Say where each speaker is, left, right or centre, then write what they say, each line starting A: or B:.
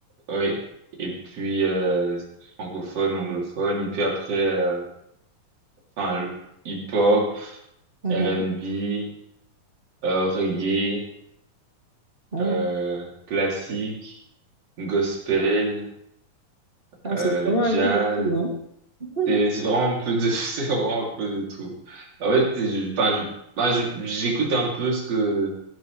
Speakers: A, on the right; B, on the right.
A: Ouais. Et puis, euh, francophone, anglophone. Et puis après, euh, enfin, hip-hop,
B: Mhm.
A: R&B, euh, reggae.
B: Mhm.
A: euh, classique, gospel,
B: Ah,
A: euh,
B: c'est vraiment
A: jazz.
B: un peu de tout, hein? <laughs>
A: C'est c'est vraiment un peu de <laughs> c'est vraiment un peu de tout. En fait, c'est- je- enfin, je- enfin, je- j'écoute un peu ce que